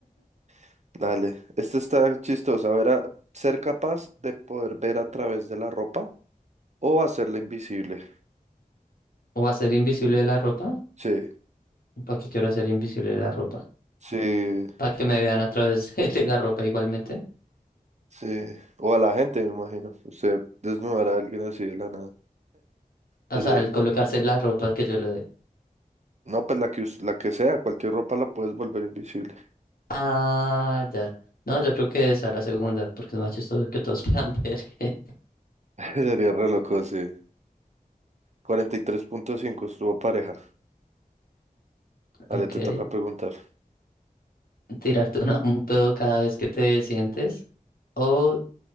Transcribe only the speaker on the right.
<laughs> Dale, este está chistoso. A ver, a- ser capaz de poder ver a través de la ropa o hacerla invisible.
Sí,
sí,
Sí, o a la gente, me imagino. Usted desnudará a alguien así de la nada.
Sería
risa.
No, pues la que, us- la que sea, cualquier ropa la puedes volver invisible.
<laughs> Sería re loco, sí. cuarenta y tres punto cinco estuvo pareja.
Ale, te
toca preguntar.